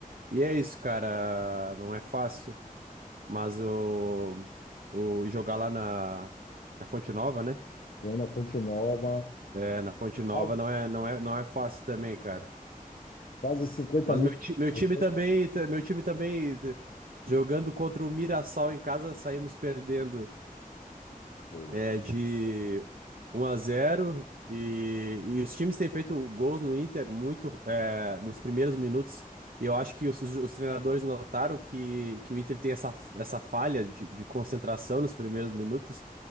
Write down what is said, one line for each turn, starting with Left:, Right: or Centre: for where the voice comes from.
Right: E é isso, cara. Não é fácil. Mas o, o jogar lá na, na Fonte Nova, né?
Left: Tô indo na Fonte Nova,
Right: É, na Fonte Nova
Left: quase
Right: não é, não é, não é fácil também, cara.
Left: quase 50
Right: Mas
Left: mil
Right: meu, ti-
Left: pessoas.
Right: meu time também, meu time também, jogando contra o Mirassol em casa, saímos perdendo.
Left: porra.
Right: é de um a zero e, e os times têm feito gols no Inter muito é, nos primeiros minutos. E eu acho que os, os treinadores notaram que, que o Inter tem essa, essa falha de, de concentração nos primeiros minutos.